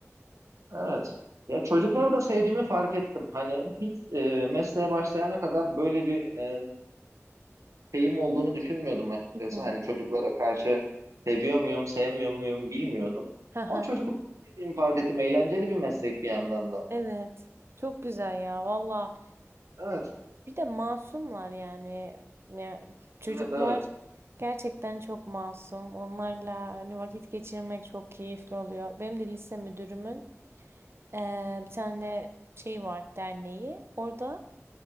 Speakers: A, on the right; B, on the right.
A: Evet. Ya çocukları da sevdiğimi fark ettim. Hani hiç e, mesleğe başlayana kadar böyle bir e, şeyim olduğunu düşünmüyordum açıkçası.
B: Evet. Hı hı.
A: Hani çocuklara karşı seviyor muyum, sevmiyor muyum bilmiyordum.
B: Hı hı.
A: Ama çocukları sevdiğimi fark ettim. Eğlenceli bir meslek bir yandan da.
B: Evet. Çok güzel ya valla.
A: Evet,
B: Bir de masumlar yani. Ya, çocuklar
A: evet, evet.
B: gerçekten çok masum. Onlarla hani vakit geçirmek çok keyifli oluyor. Benim de lise müdürümün Ee, bir tane şey var derneği. Orada